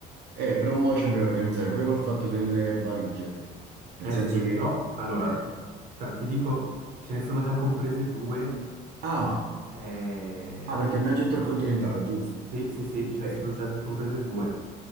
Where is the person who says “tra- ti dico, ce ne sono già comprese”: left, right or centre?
Right